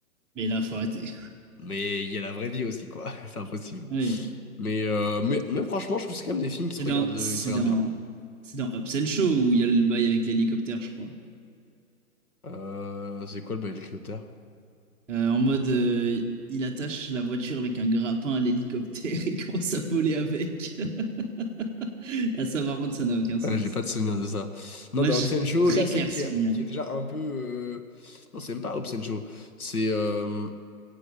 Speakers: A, in the centre; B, on the left.
A: Mais là, faut arrêter. <laughs>
B: Mais il y a la vraie vie aussi, quoi. <laughs> C'est impossible.
A: Ouais.
B: Mais, euh, mais, mais franchement, je trouve que c'est quand même des films qui
A: C'est
B: se regardent,
A: dans, c'est
B: euh, ils se regardent
A: dans,
B: bien.
A: c'est dans Hobbs and Shaw où il y a le bail avec l'hélicoptère, je crois.
B: Euh, c'est quoi le Helicopter?
A: Euh, en mode, euh, il attache la voiture avec un grappin à l'hélicoptère <laughs> et commence à voler avec. <laughs> À savoir rendre ça n'a aucun sens.
B: Ouais, j'ai pas de souvenir de ça. Non,
A: Moi,
B: dans
A: j'ai
B: Hobbs and Shaw,
A: très
B: la scène
A: clair
B: qui
A: souvenir.
B: est, qui est déjà un peu. euh, Non, c'est même pas Hobbs and Shaw. C'est. euh,